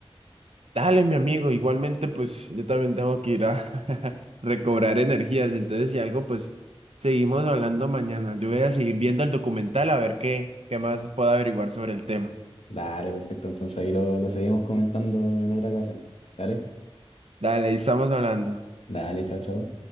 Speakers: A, on the right; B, on the left.
A: Dale, mi amigo, igualmente pues yo también tengo que ir a <laughs> recobrar energías, entonces si algo pues seguimos hablando mañana. Yo voy a seguir viendo el documental a ver qué, qué más puedo averiguar sobre el tema.
B: Dale, perfecto. Entonces ahí lo, lo seguimos comentando en otra ocasión. Dale,
A: Dale, ahí estamos hablando.
B: dale, chao, chao.